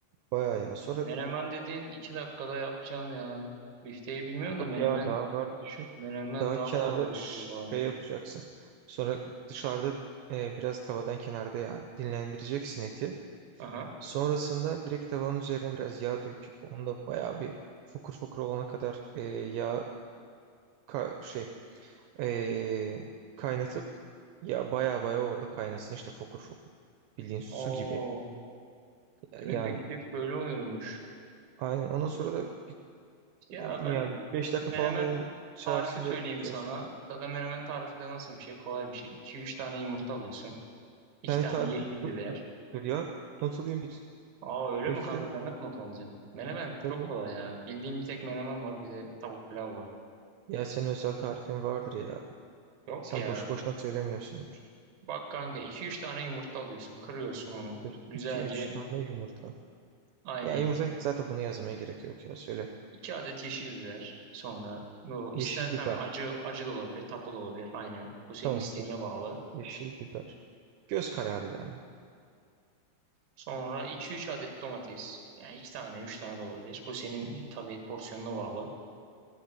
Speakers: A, on the right (about 80°); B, on the right (about 55°).
A: bayağı ya. Sonra
B: Menemen dediğin iki dakikada yapacaksın ya. Bifteyi bilmiyorum da
A: yok
B: menemen
A: ya daha var düşün.
B: menemen
A: Daha
B: daha
A: kenarda
B: kolay yapılıyor
A: ş-
B: bu arada.
A: şey yapacaksın. Sonra dışarıda e, biraz tavadan kenarda yani dinlendireceksin eti.
B: Aha.
A: Sonrasında direkt tavanın üzerine biraz yağ döküp onu da bayağı bir fokur fokur olana kadar e, yağ ka- şey e, kaynatıp ya bayağı bayağı orada kaynasın işte fokur fokur. Bildiğin su
B: Oo.
A: gibi Ya-
B: Demek
A: yani.
B: biftek böyle oluyormuş.
A: Aynen ondan sonra da bir-
B: Ya
A: ne bileyim
B: ben
A: ya bir 5 dakika falan
B: menemen
A: da onun içerisinde
B: tarifi söyleyeyim
A: diyorsun.
B: sana. Zaten menemen tarifi de nasıl bir şey? Kolay bir şey. 2 üç tane yumurta alıyorsun. İki
A: Kendi
B: tane
A: tarifin
B: yeşil
A: dur
B: biber.
A: dur dur ya not alayım bir
B: Aa öyle
A: bekle
B: mi kanka sen nasıl not alacaksın? Menemen
A: tabii.
B: çok kolay ya. Bildiğim bir tek menemen var bir de tavuk pilav var.
A: Ya senin özel tarifin vardır ya.
B: Yok
A: Sen
B: ya.
A: boş boşuna söylemiyorsundur.
B: Bak kanka iki üç tane yumurta alıyorsun. Kırıyorsun onu.
A: Dur
B: Güzelce
A: iki üç tane yumurta.
B: aynı.
A: Yani yumurta zaten bunu yazmaya gerek yok ya söyle.
B: 2 adet yeşil biber. Sonra bu istersen
A: Yeşil biber.
B: acı acı da olabilir, tatlı da olabilir. Aynı. Bu senin
A: Tamam
B: isteğine
A: dur.
B: bağlı.
A: Yeşil biber. Göz kararı yani.
B: Sonra iki üç adet domates. Yani 2 tane 3 tane de olabilir. Bu senin tabii porsiyonuna bağlı.